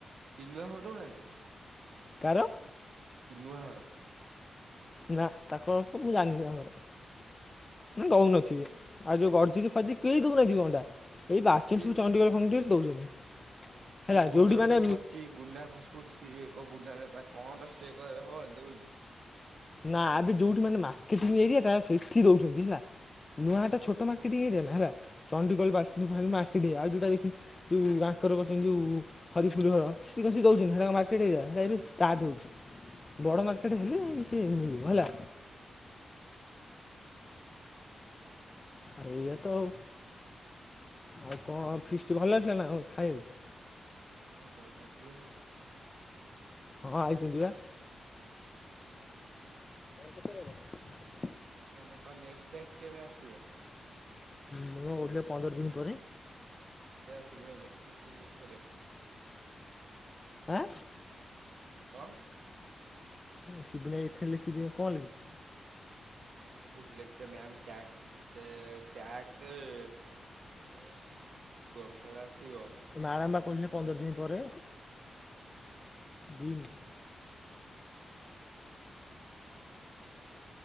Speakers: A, on the right (about 65°); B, on the left (about 25°).
A: ଟିଲୁଆ ଘର ଦଉନାହାନ୍ତି?
B: କାହାର?
A: ଚିନୁଆ ଘର।
B: ନା ତାକୁ ମୁଁ ଜାଣିନି ତାଙ୍କ ଘର ନା ଦଉନଥିବେ। ଆଉ ଯୋଉ ଗର୍ଜି ବି ଫଜି କେହି ଦେଉନାହାନ୍ତି କି ଅଣ୍ଡା ଏଇ <unintelligible> ଚଣ୍ଡୀଖୋଲ
A: କିଏ
B: ଫଣ୍ଡିଗୋଲ ଦଉଛନ୍ତି। ହେଲା
A: ମୁଁ କୁନ୍ଦଳ
B: ଯୋଉଠି ମାନେ
A: ଯୋଉ କରିଛି ଗୁନା ଫାଷ୍ଟଫୁଡ ସିଏ କଣ ଗୁନାରେ ତା କଣ ତ ସିଏ ହ ଦେଉନି।
B: ନା ଏବେ ଯୋଉଠି ମାନ ମାର୍କେଟିଙ୍ଗ ଏରିଆଟା ସେଇଠି ଦଉଛନ୍ତି ହେଲା ନୂଆହାଟ ଛୋଟ ମାର୍କେଟିଂ ଏରିଆ ନା ହେଲା ଚଣ୍ଡିଖୋଲ <unintelligible> ମାର୍କେଟ ଆଉ ଯୋଉଟା ଦେଖିଲୁ ଯୋଉ ଆଙ୍କର କରିଛନ୍ତି ଯୋଉ ହରିପୁର ଘର ସିଠି କଣ ସେ ଦଉଛନ୍ତି ସେଇଟା ମାର୍କେଟ ଏରିଆ ସେଇଟା ଏବେ ଷ୍ଟାର୍ଟ ହଉଛି। ବଡ
A: ହୁଁ
B: ମାର୍କେଟ ହେଲେ ସେ ମିଳିବ ହେଲା। ଆଉ ଏଇଆ ତ ଆଉ,
A: ହୁଁ
B: ଆଉ କଣ ଫିସ୍ଟ ଭଲ ହେଇଥିଲା ନା ଆଉ ଖାଇବାକୁ?
A: ହଁ ସବୁ ଭଲ ହେଇଥିଲା <unintelligible>
B: ହଁ ଆଇଛନ୍ତି ବା। <unintelligible>
A: ଆଉ ମାନେ କଣ ନେଷ୍ଟ ଟାସ୍କ କେବେ ଆସିବ?
B: ମୁଁ ବା ଗଲି ପନ୍ଦର ଦିନ ପରେ।
A: ଏୟା ସବୁ ଲେଖିଛି ଏଥିରେ।
B: ଆଁ?
A: କଣ?
B: ତମ ସିବୁନା ଭାଇ ଏଥିରେ ଲେଖିଛି କଣ ଲେଖିଛି?
A: କଣ ଲେଖିଛି ଲେଖିଛି ମାମ ଟ୍ୟାକ୍ସ କେତେ ଟ୍ୟାକ୍ସ? ବେଳେ ଆସିବ, କେତେବେଳେ ଆସିବ?
B: ସେ ମ୍ୟାଡ଼ାମବା କହୁଛନ୍ତି ପନ୍ଦର ଦିନ ପରେ, ଦି ମିନିଟ୍